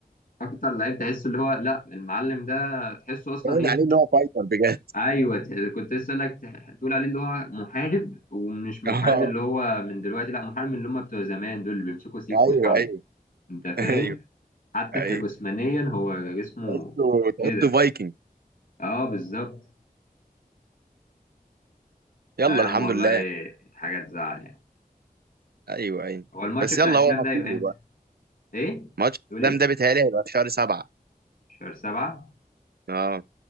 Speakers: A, on the left (about 60°); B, on the right (about 85°).
A: أكتر لعيب تحسه اللي هو لا المعلم ده تحسه أصلا
B: باين
A: إيه
B: عليه ان هو فايتر بجد
A: أيوه ت- كنت لسه أقولك تح- تقول عليه اللي هو محارب ومش محارب
B: <laughs>
A: اللي هو من دلوقتي لا محارب من اللي هم بتوع زمان دول اللي بيمسكوا سيف
B: ايوه
A: ويحاربوا
B: ايوه <laughs>
A: أنت فاهم
B: ايوه ايوه
A: حتى
B: ايوه
A: كجسمانيا هو جسمه
B: تحسه
A: كده
B: تحسه فايكنج
A: أه بالظبط
B: يلا
A: لا يا عم
B: الحمد
A: والله
B: لله
A: حاجة تزعل يعني.
B: ايوه ايوه
A: هو الماتش
B: بس
A: بتاع
B: يلا
A: اسلام
B: هو نصيبه
A: ده هيبقى امتى؟
B: بقى
A: ايه؟
B: ماتش
A: تقول
B: الاسلام
A: ايه؟
B: ده بيتهيألي هيبقى في شهر سبعة
A: شهر سبعة
B: اه